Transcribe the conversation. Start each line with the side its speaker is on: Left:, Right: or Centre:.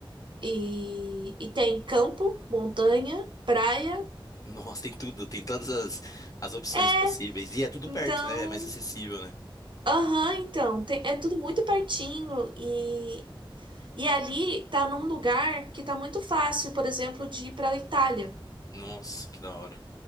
Right: E, e tem campo, montanha, praia.
Left: Nossa, tem tudo, tem todas as, as opções
Right: É,
Left: possíveis. E é tudo
Right: então.
Left: perto, né? É mais acessível, né?
Right: Aham, então. tem- é tudo muito pertinho e. E ali tá num lugar que tá muito fácil, por exemplo, de ir para Itália.
Left: Nossa, que da hora.